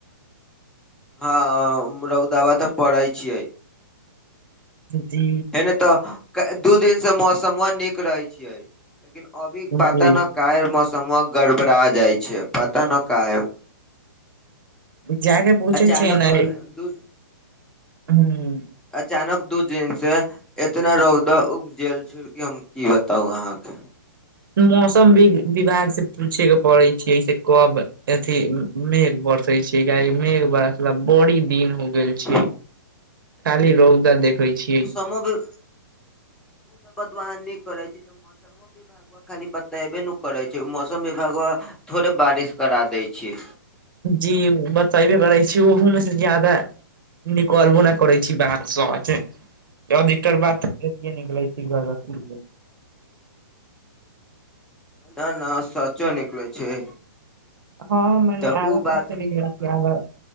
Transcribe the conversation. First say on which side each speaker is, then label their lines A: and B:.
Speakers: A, in the centre; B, on the right.
A: हँ रौदाबा तऽ पड़े छियै
B: जी
A: मे तऽ दू दिन से मौसमो नीक रहै छिय लेकिन अभी पता
B: जी
A: न काय मौसमो गड़बड़ा जाइ छै पता ने काहे
B: जागे पुछे
A: अचानक
B: छिय ने
A: दू
B: हूँ
A: अचानक दू दिन से इतना रौद उगजेल छ हम की बताउ अहाँके
B: मौसम बी विभाग से पूछे के पड़ै छैै से कब अथी मेघ बरसे छै किय मेघ बरसला बड़ी दिन हो गेल छै
A: <inaudible>
B: खाली रौदा देखै छियै
A: हमद <unintelligible> ओ त बतवा अहाँ नीक करे छै त मौसम मौ विभाग खाली बतेबे न करै छै मौसम विभागवा थोड़े बारिश करा दै छियै
B: जी बतेबे करै छी ओहोमे से जादा निकलबो नहि करै छी बात सच अधिकतर बाते निकलै छै गलत निकले छै
A: न न सचो निकले छै
B: हँ मने
A: तऽ
B: आधा
A: ओ बात
B: सच निकले
A: की होकै
B: छै आधा